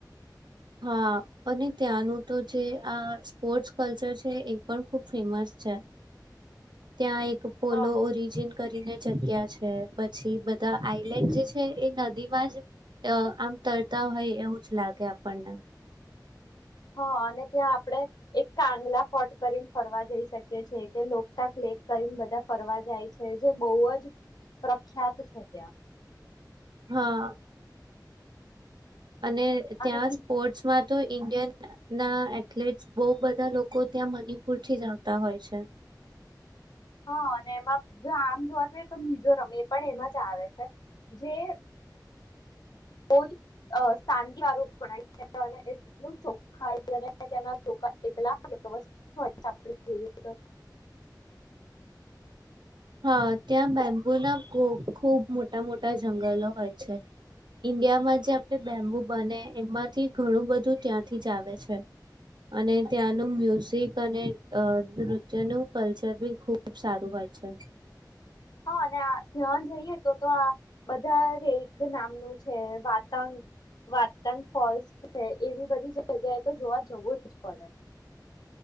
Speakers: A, on the right (about 75°); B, on the left (about 65°).
A: હા અને ત્યાંનું તો જે આ સ્પોર્ટ્સ કલ્ચર છે એ પણ ખૂબ ફેમસ છે. ત્યાં એક પોલો
B: હા
A: ઓરિજિન કરીને જગ્યા છે, પછી બધા આઈલેન્ડ જે છે એ નદી માં જ અ આમ તરતા હોય એવું જ લાગે આપ પણને.
B: હા અને ત્યાં આપણે એક કાંગલા ફોર્ટ કરીને ફરવા જઈ શકીએ છેએ કે લોકટાક લેક કરીને બધા ફરવા જાય છે જે બહુ જ પ્રખ્યાત છે. ત્યાં
A: હા. અને ત્યાં
B: અને બી
A: સ્પોર્ટ્સ માં તો ઇન્ડિયન ના એથલેટ્સ બહુ બધા લોકો ત્યાં મણપુર થી આવતા હોય છે.
B: હા અને એમાં જો આમ જોવા જઈએ તો મિઝોરમ એ પણ એમાં જ આવે છે જે બોજ અ શાંતિવાળું ગણાય છે અને એટલું ચોખય તેના એટલા વ્યવસ્થ હોય <unintelligible> આપડ જોઈએ તો
A: હા ત્યાં બેમ્બુ ના કુ ખૂબ મોટા મોટા જંગલો હોય છે ઇન્ડિયામાં જે આપણે બેમ્બુ બને એમાંથી ઘણું બધું ત્યાંથી જ આવે છે અને ત્યાંનું મ્યુઝિક અને અ નૃત્યનું કલ્ચર બી ખૂબ સારું હોય છે.
B: હા અને આ ધ્યાન દઈએ તો તો આ બધા રેક નામનું છે, વાતંગ વાતંગ ફોલ્સ છે, એવી બધી જગ્યાએ તો જોવા જવું જ પડે.